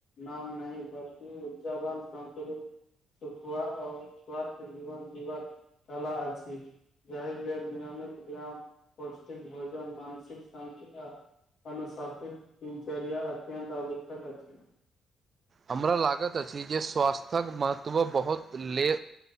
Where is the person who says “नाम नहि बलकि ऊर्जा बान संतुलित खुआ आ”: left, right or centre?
Left